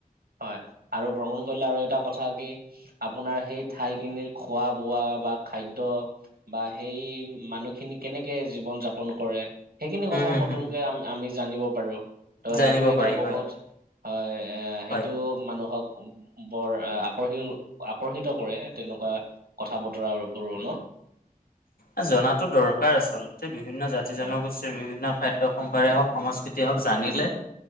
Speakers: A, on the right (about 80°); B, on the left (about 75°).
A: হয় আৰু ভ্ৰমণ কৰিলে আৰু এটা কথা কি আপোনাৰ সেই ঠাইখিনিৰ খোৱা -বোৱা বা খাদ্য বা সেই মানুহখিনি কেনেকে জীৱন যাপন কৰে সেইখিনি কথাও
B: উম হম
A: নতুনকে
B: হম
A: আম-আমি জানিব পাৰো ত '
B: জানিব
A: সেইটো এটা
B: পাৰি
A: বহুত
B: হয় হয়।
A: হয় এ সেইটো
B: হয়
A: মানুহক বৰ আকৰ্ষিত -আকৰ্ষিত কৰে তেনেকুৱা কথা বতৰা বোৰো ন?
B: এ জনাতো দৰকাৰ আচলতে বিভিন্ন জাতি- জনগোষ্ঠীৰ
A: হয়
B: বিভিন্ন খাদ্য সম্পাৰে হওক, সংস্কৃতিয় হওক, জানিলে